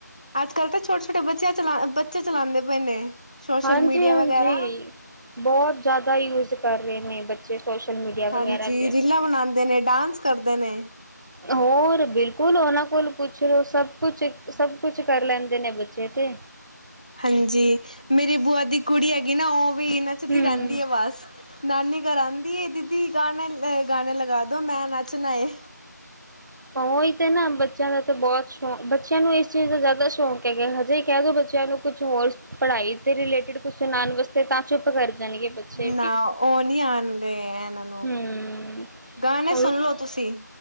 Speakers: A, on the left; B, on the right.
A: ਅੱਜ ਕੱਲ੍ਹ ਤਾਂ ਛੋਟੇ, ਛੋਟੇ ਬੱਚਿਆਂ ਚਲਾ ਬੱਚੇ ਚਲਾਉਂਦੇ ਪਏ ਨੇ। ਸੋਸ਼ਲ
B: ਹਾਂਜੀ-ਹਾਂਜੀ।
A: ਮੀਡੀਆ ਵਗੈਰਾ
B: ਬਹੁਤ ਜ਼ਿਆਦਾ ਯੂਜ ਕਰ ਰਹੇ ਨੇ ਬੱਚੇ ਸੋਸ਼ਲ ਮੀਡੀਆ ਵਗੈਰਾ
A: ਹਾਂਜੀ
B: ਤੇ
A: ਰੀਲਾਂ ਬਣਾਉਂਦੇ ਨੇ ਡਾਂਸ ਕਰਦੇ ਨੇ।
B: ਹੋਰ ਬਿਲਕੁਲ ਉਹਨਾਂ ਕੋਲ ਪੁੱਛ ਲੋੋ ਸਭ ਕੁਛ ਸਭ ਕੁਛ ਕਰ ਲੈਂਦੇ ਨੇ ਬੱਚੇ ਤੇ
A: ਹਾਂਜੀ ਮੇਰੀ ਬੂਆ ਦੀ ਕੁੜੀ ਹੈਗੀ ਨਾ ਉਹ ਵੀ ਨਚਦੀ
B: ਹੂੰ
A: ਰਹਿੰਦੀ ਹੈ ਬਸ ਨਾਨੀ ਘਰ ਆਉਂਦੀ ਏ ਦੀਦੀ ਗਾਣੇ, ਗਾਣੇ ਲਗਾ ਦੋ ਮੈਂ ਨੱਚਣਾ ਏ।
B: ਉਹੀ ਤੇ ਨਾ ਬੱਚਿਆਂ ਦਾ ਤਾਂ ਬਹੁਤ ਹ ਬੱਚਿਆਂ ਨੂੰ ਇਸ ਚੀਜ਼ ਦਾ ਜ਼ਿਆਦਾ ਸ਼ੌਕ ਹੈਗੈ ਹਜੇ ਕਹਿ ਦੋ ਬੱਚਿਆਂ ਨੂੰ ਕੁਛ ਹੋਰ ਪੜ੍ਹਾਈ ਦੇ ਰਿਲੇਟਿਡ ਕੁਛ ਸੁਣਾਣ ਵਾਸਤੇ ਤਾਂ ਚੁੱਪ ਕਰ ਜਾਣਗੇ ਬੱਚੇ
A: ਨਾ
B: ਵੀ।
A: ਉਹ ਨੀ ਆਉਣਗੇ ਇਹਨਾਂ
B: ਹਮ
A: ਗਾਣੇ ਸੁਣ
B: ਉਹ
A: ਲਓ ਤੁਸੀਂ।